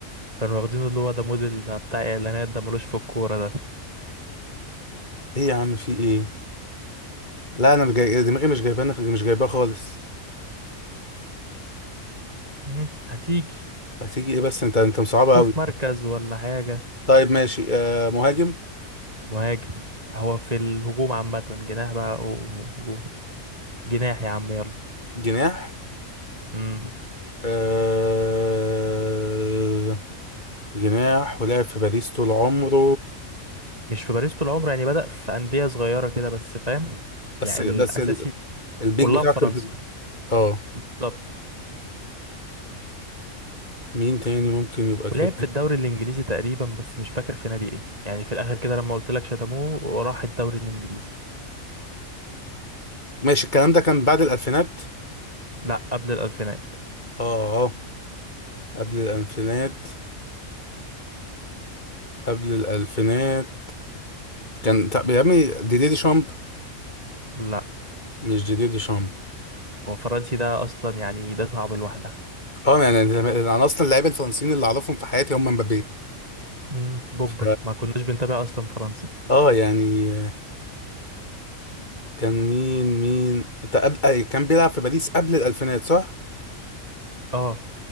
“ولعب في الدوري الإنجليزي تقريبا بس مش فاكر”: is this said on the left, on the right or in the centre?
Right